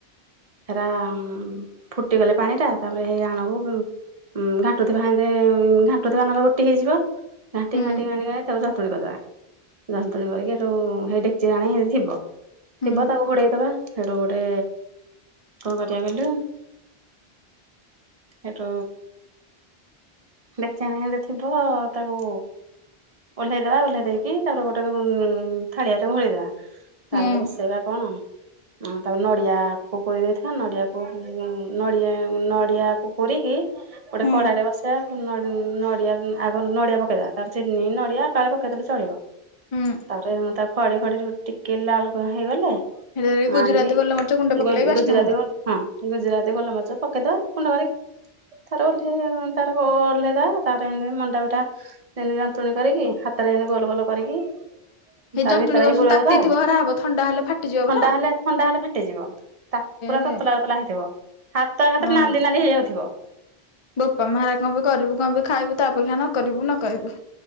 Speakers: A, on the right (about 35°); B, on the left (about 35°).
A: ହେରା ଫୁଟିଗଲେ ପାଣିଟା ତାପରେ ହେଇ ଆଣକୁ ଉଁ ଘାଣ୍ଟୁଥିବା <unintelligible> ଘା ପ୍ର ନହେଲେ ବୋଟି ହେଇଯିବ ଘାଣ୍ଟି
B: ହୁଁ
A: ଘାଣ୍ଟି ଘାଣ୍ଟିକା ତାକୁ ଜନ୍ତୁଣି କରିଦବା। ଜନ୍ତୁଣି କରିକି ଏଠୁ ହେଇ ଡେକଚି ଜାଣ ସେ ଥିବ,
B: ହୁଁ
A: ଥିବ ତାକୁ ଘୋଡେଇ ଦବା। ହେଠୁ ଗୋଟେ କଣ କରିବା କଇଲୁ ହେଠୁ <unintelligible> ଥିବ ତାକୁ ଓହ୍ଲେଇଦବା ଓହ୍ଲେଇ ଦେଇକି ତାପରେ ଗୋଟେ ଥାଳିଆ ରେ ଭରିଦେବା। ତାପରେ
B: ହୁଁ
A: ବସେଇବା କଣ? ଆଁ ତାପ ନଡ଼ିଆକୁ କୋରିଦେଇଥିବା ନଡ଼ିଆକୁ ନଡ଼ିଆ ନଡ଼ିଆକୁ କୋରିକି ଗୋଟେ
B: ହୁଁ
A: କଡାରେ ବସେଇବା ନ ନଡିଆ ଆଗ ନଡିଆ ପକେଇଦେବା ତାରେ ଚିନି ନଡିଆ ଏକାଳେ ପକେଇଦେଲେ ଚଳିବ।
B: ହୁଁ
A: ତାପରେ ମୁଁ ତା ଖଡି ଫଡି ଟିକେ ଲାଲ କଣ ହେଇଗଲେ
B: ହେଲେ ଗୁଜୁରାତି
A: ଆଣିବି
B: ଗୋଲମରିଚ ଗୁଣ୍ଡ ପକେଇଲେ
A: ଗୁ
B: ବାସ୍ନା
A: ଗୁଜୁରତି
B: ହବ।
A: ହଁ ଗୁଜୁରାତି ଗୋଲମରିଚ ପକେଇଦବା ଗୁଣ୍ଡ କରିକି। ଏଥର ଓହ୍ଲେଇ ତାପରେ ଓହ୍ଲେଇଦବା। ତାପରେ ଏମତି ମଣ୍ଡା ପିଠା ଯେମିତି ଯନ୍ତୁଣୀ କରିକି, ହାତରେ ଏମିତି ଗୋଲ ଗୋଲ କରିକି
B: ସେଇ
A: ତାର
B: ଯନ୍ତୁଣୀ
A: ଭିତରେ
B: କହୁଛନ୍ତି
A: ହେଇ ପୁରେଇ
B: ତାତିଥିବ
A: ଦବା ଆଉ
B: ହରା ହବ ଥଣ୍ଡା ହେଲେ ଫାଟିଯିବ
A: ଥଣ୍ଡା
B: ପୁରା?
A: ହେଲେ ଥଣ୍ଡା ହେଲେ ଫାଟିଯିବ। ତା ପୁରା
B: ହେ
A: ତତଲା ତତଲା ହେଇଥିବ ହାତ ଏକାଥରେ
B: ହଁ
A: ନାଲି ନାଲି ହେଇଯାଉଥିବ।
B: ବୋପା, ମା ହେରା କଣ ପାଇଁ କରିବୁ କଣ ପାଇଁ ଖାଇବୁ। ତା ଅପେକ୍ଷା ନ କରିବୁ ନ କହିବୁ।